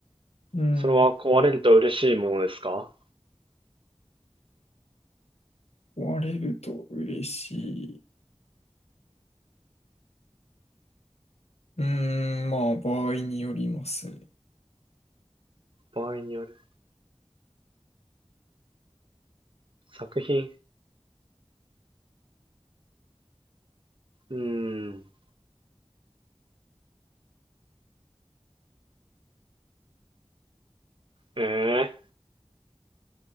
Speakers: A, on the left; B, on the right.
A: うん。
B: それは壊れると嬉しいものですか
A: 壊れると嬉しい。うーん、まあ、場合によりますね。
B: 場合による。作品うーん、ええ